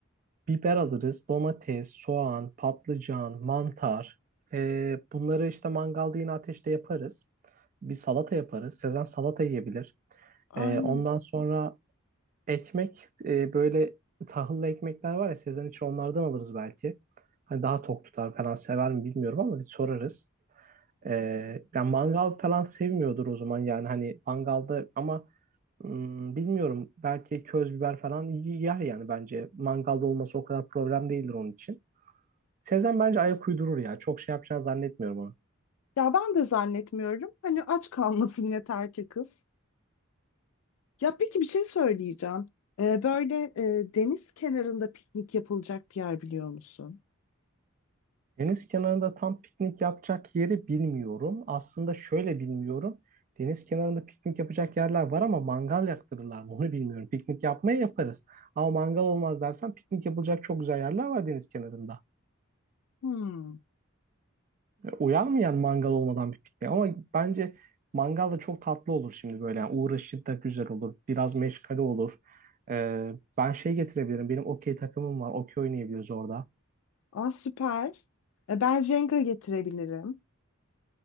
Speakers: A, on the right; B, on the left.
A: Biber alırız, domates, soğan, patlıcan, mantar. Ee, bunları işte mangalda yine ateşte yaparız. Bir salata yaparız. Sezen salata yiyebilir.
B: Aynen
A: Ee, ondan sonra ekmek e, böyle tahıllı ekmekler var ya Sezen için onlardan alırız belki. Hani daha tok tutar falan sever mi bilmiyorum ama bir sorarız. Ee, yani mangal falan sevmiyordur o zaman yani hani mangalda ama Hmm, bilmiyorum. Belki köz biber falan y- yer yani bence. Mangalda olması o kadar problem değildir onun için. Sezen bence ayak uydurur ya. Çok şey yapacağını zannetmiyorum onu.
B: Ya ben de zannetmiyorum. Hani aç kalmasın yeter ki kız. Ya peki bir şey söyleyeceğim. Ee, böyle e, deniz kenarında piknik yapılacak bir yer biliyor musun?
A: Deniz kenarında tam piknik yapacak yeri bilmiyorum. Aslında şöyle bilmiyorum. Deniz kenarında piknik yapacak yerler var ama mangal yaktırırlar mı onu bilmiyorum. Piknik yapmaya yaparız. Ama mangal olmaz dersen piknik yapılacak çok güzel yerler var deniz kenarında.
B: Hmm.
A: Uyanmayan mangal olmadan bir piknik. Ama bence mangal da çok tatlı olur şimdi böyle. Yani uğraşı da güzel olur. Biraz meşgale olur. Ee, ben şey getirebilirim. Benim okey takımım var. Okey oynayabiliriz orada.
B: Aa süper. E, ben Jenga getirebilirim.